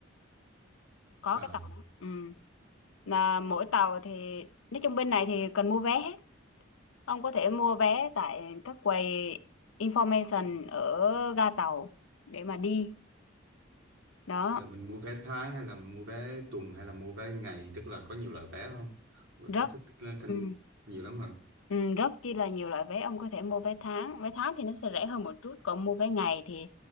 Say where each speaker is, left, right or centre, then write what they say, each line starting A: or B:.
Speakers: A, on the left; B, on the right.
A: có
B: à
A: cái tàu đó ừ. là mỗi tàu thì nói chung bên này thì cần mua vé hết ông có thể mua vé tại các quầy information ở ga tàu để mà đi đó
B: là mình mua vé tháng hay là mua vé tuần hay là mua vé ngày tức là có nhiều loại vé không Và
A: rất
B: cách thức lên thành
A: ừ.
B: nhiều lắm hả
A: Ừ, rất chi là nhiều loại vé ông có thể mua vé tháng vé tháng thì nó sẽ rẻ hơn một chút còn mua vé ngày thì